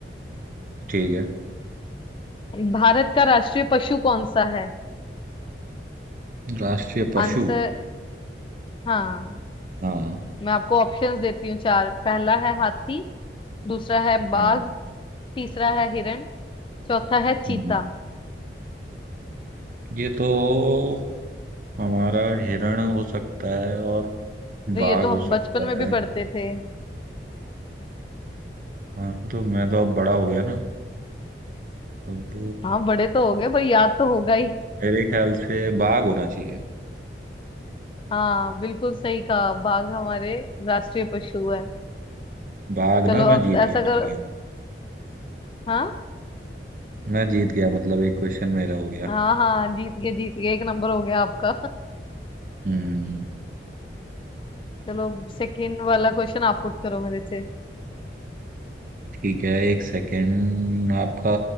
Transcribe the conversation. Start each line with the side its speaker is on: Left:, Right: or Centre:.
Right: ठीक है
Left: भारत का राष्ट्रीय पशु कौन सा है
Right: राष्ट्रीय पशु
Left: आंसर हाँ
Right: हाँ
Left: मैं आपको ऑप्शंस देती हूँ चार पहला है हाथी दूसरा है बाघ
Right: हम्म
Left: तीसरा है हिरण चौथा है चीता
Right: हम्म। ये तो हमारा हिरण हो सकता है और
Left: तो ये
Right: बाघ
Left: तो
Right: हो
Left: हम
Right: सकता
Left: बचपन में भी
Right: है
Left: पढ़ते थे
Right: हाँ तो मैं तो अब बड़ा हो गया ना अब
Left: हाँ बड़े तो हो गए पर याद तो होगा ही
Right: मेरे ख्याल से बाघ होना चाहिए
Left: हाँ बिल्कुल सही कहा बाघ हमारे राष्ट्रीय पशु है
Right: बाघ
Left: चलो
Right: ना मैं
Left: अब
Right: जीत
Left: ऐसा
Right: गया ठीक
Left: करो
Right: है
Left: हाँ
Right: मैं जीत गया मतलब एक क्वेश्चन मेरा हो गया
Left: हाँ हाँ जीत गए जीत गए एक नंबर हो गया आपका <laughs>
Right: हम्म
Left: चलो सेकंड वाला क्वेश्चन आप पुट करो मेरे से
Right: ठीक है एक सेकंड आपका